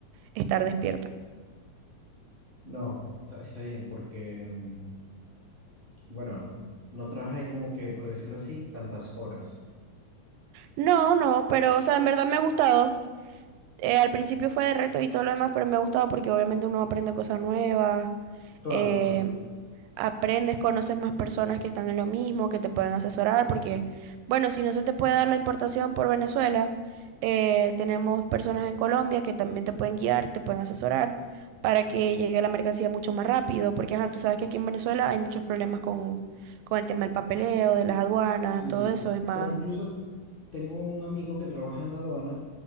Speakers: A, on the right; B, on the left.
A: estar despierta
B: No, está, está bien, porque, mm, bueno, no trabajáis como que, por decirlo así, tantas horas.
A: No, no, pero o sea, en verdad me ha gustado. Eh, al principio fue de reto y todo lo demás, pero me ha gustado porque obviamente uno aprende cosas nuevas.
B: Claro,
A: eh,
B: claro.
A: aprendes, conoces más personas que están en lo mismo, que te pueden asesorar, porque, bueno, si no se te puede dar la importación por Venezuela, eh, tenemos personas en Colombia que también te pueden guiar, te pueden asesorar para que llegue la mercancía mucho más rápido, porque ajá, tú sabes que aquí en Venezuela hay muchos problemas con, con el tema del papeleo, de las aduanas,
B: Sí,
A: todo
B: sí.
A: eso es más...
B: Bueno, incluso tengo un amigo que trabaja en la aduana